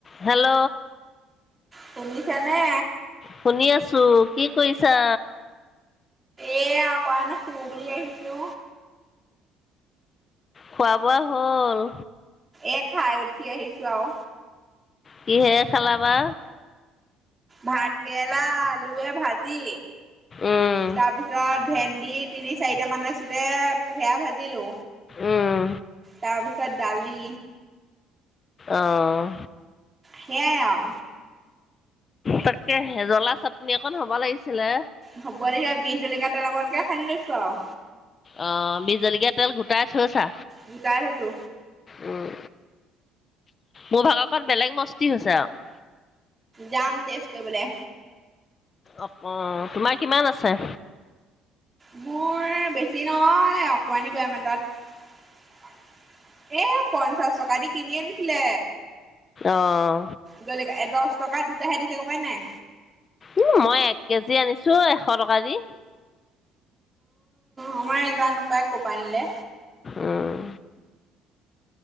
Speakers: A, on the left; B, on the right.
A: Hello
B: শুনিছেনে?
A: শুনি আছো। কি? কৈইছা।
B: এয়া <unintelligible> আহিছো।
A: খোৱা বোৱা হ'ল?
B: এ খাই উঠি আহিছো আৰু।
A: কিহে খালা বা?
B: ভাত কেৰেলা আলুয়ে ভাজি
A: উম
B: তাৰপিছত ভেন্দি তিনি চাৰিটা মানৰ আছিলতে সেয়া ভাজিলো।
A: উম
B: তাৰপিছত দালি।
A: অহ
B: সেইয়াই আও
A: তাকে হেজলা চাটনি অকন হ'ব লাগিছিলে।
B: হ'ব দেতিয়া বিষ জলকীয়া তেল অকণকে খানি লৈছো আৰু।
A: অ বি জলকীয়া তেল গোটাই থৈছা।
B: গোটাই থৈছো
A: উম মোৰ ভাগৰকণ বেলেগ মস্তি হৈছে আৰু।
B: যাম তেচ কৰিবলে
A: অ অ তোমাৰ কিমান আছে্।
B: মোৰ বেছি নহয় অকমানি বয়াম এতাত। এ পঞ্চাশ টকা দি কিনি আনিছিলে
A: অঁ
B: জলকীয়া এ দহ টকা দুটা দুটা হে দিছে গম পাই নাই।
A: উ মই এক কেজি আনিছো এশ টকা দি।
B: অ মই নেজানো পায় কপা আনিলে।
A: উম